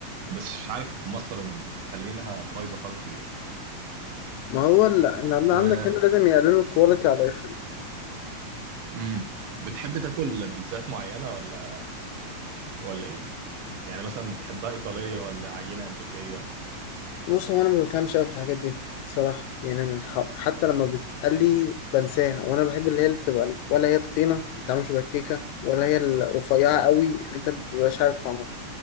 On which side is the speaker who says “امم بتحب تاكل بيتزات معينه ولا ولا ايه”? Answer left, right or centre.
Right